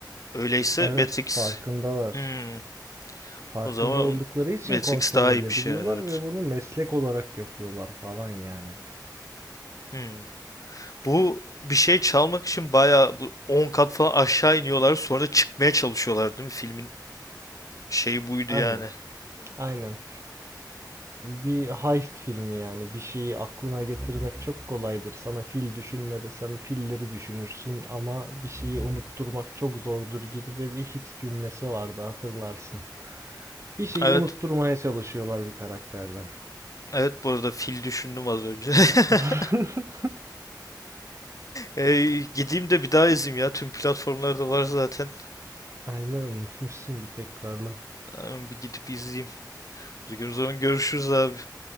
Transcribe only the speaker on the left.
Öyleyse
Matrix
hmm,
o zaman
Matrix
daha
iyiymiş ya evet.
Hmm. Bu bir şey çalmak için bayağı bu 10 kat falan aşağı iniyorlar sonra da çıkmaya çalışıyorlar değil mi? Filmin şeyi buydu
yani.
Evet
evet bu arada fil düşündüm az önce.
<laughs> Ee, gideyim de bir daha izleyeyim ya. Tüm platformlarda var zaten.
Ee, Bir gidip izleyeyim. O zaman görüşürüz abi.